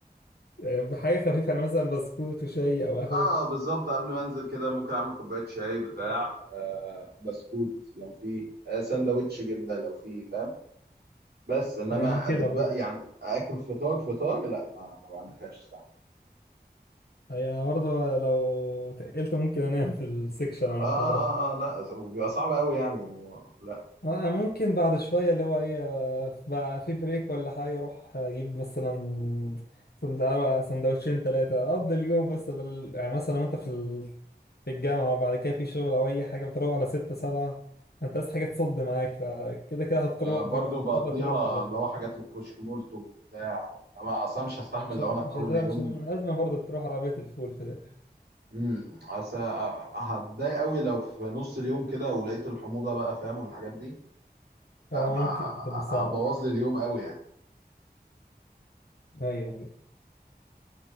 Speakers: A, on the left; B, on the right.
A: يعني حاجة خفيفة انا مثلا بسكوت وشاي او قهوة
B: اه بالظبط قبل ما انزل كده ممكن اعمل كوبايه شاي بتاع آه بسكوت لو فيه آه سندوتش جبنه لو فيه فاهم بس انما
A: اي انا
B: ادب
A: كده برضه
B: يعني اكل فطار فطار لا ما ما بعملهاش صح
A: اي انا برضه لو تقلت ممكن انام في السكشن
B: آه,
A: او المحاضرة
B: اه اه اه لا بيبقى صعب قوي يعني ولا
A: أنا ممكن بعد شوية اللي هو إيه آه، بقى في بريك ولا حاجة أروح أجيب مثلا سند- سندوتشين تلاتة أقضي اليوم بس لل- يعني مثلا وأنت في ال... في الجامعة وبعد كده في شغل أو أي حاجة بتروح على ستة سبعة أنت عايز حاجة تصد معاك فكده كده هتروح
B: آه برضه
A: برضه
B: بقضيها
A: هتضطر تروح في الآخر
B: اللي هو حاجات من الكشك مولتو بتاع انا اصلا مش هستحمل
A: مش
B: لو
A: مش
B: انا في اول
A: هت-
B: يوم
A: مش لازم برضه تروح عربية الفول في الآخر
B: امم اصل هتضايق قوي لو في نص اليوم كده ولقيت الحموضه بقى فاهم والحاجات دي لا
A: أه
B: ما
A: ممكن تبقى صعبة
B: هتبوظ
A: برضه
B: لي اليوم قوي يعني
A: أيوه بجد